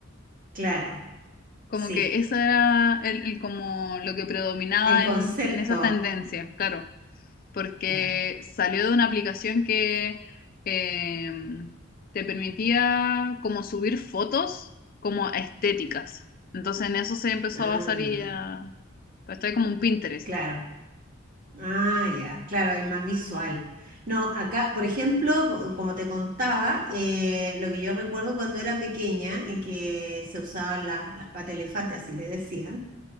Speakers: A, on the right (about 40°); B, on the left (about 45°).
A: claro,
B: Como
A: sí.
B: que eso era el, el- como lo que predominaba
A: El concepto,
B: en, en esa tendencia, claro, porque
A: claro.
B: salió de una aplicación que eh, te permitía como subir fotos como estéticas. Entonces en eso se empezó
A: Ah,
B: a basar y a... ¿Cachai? Como un Pinterest.
A: claro. Ah, ya, claro, es más visual. No, acá, por ejemplo, co- como te contaba, eh, lo que yo recuerdo cuando era pequeña, en que se usaban las, las patas de elefante, así le decían.